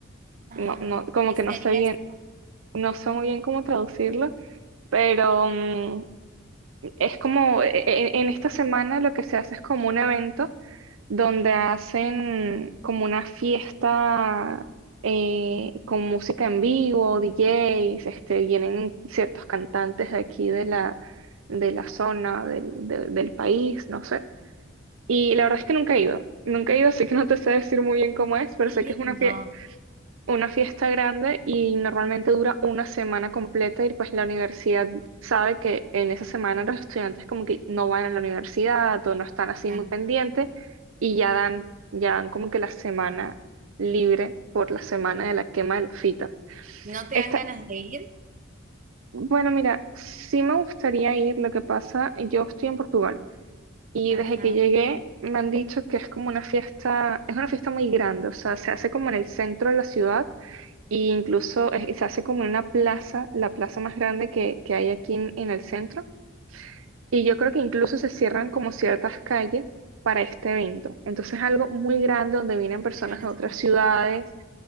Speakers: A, on the right; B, on the right.
A: Ajá.
B: no, no,
A: ¿Y
B: como
A: ¿Qué
B: que no
A: sería
B: sé bien,
A: eso?
B: no sé muy bien cómo traducirlo, pero... mm, Es como, e- e- en, esta semana lo que se hace es como un evento donde hacen como una fiesta eh, con música en vivo, DJs, este, vienen ciertos cantantes de aquí de la, de la zona, del, de- del país, no sé. Y la verdad es que nunca he ido, nunca he ido, así que no te sé decir muy bien cómo es, pero
A: Qué
B: sé
A: lindo,
B: que es una fiesta una fiesta grande y normalmente dura una semana completa y pues la universidad sabe que en esa semana los estudiantes como que no van a la universidad o no están así
A: claro.
B: muy pendientes y ya dan, ya dan como que la semana libre por la semana de la quema de las fitas.
A: ¿No te
B: Esta,
A: dan ganas de ir?
B: bueno, mira, sí me gustaría ir, lo que pasa, yo estoy en Portugal y desde
A: Ajá.
B: que llegué me han dicho que es como una fiesta, es una fiesta muy grande, o sea, se hace como en el centro de la ciudad y incluso es- se hace como en una plaza, la plaza más grande que, que hay aquí en, en el centro. Y yo creo que incluso se cierran como ciertas calles para este evento. Entonces es algo muy grande donde vienen personas
A: Claro,
B: de
A: de
B: otras
A: mucha
B: ciudades
A: gente.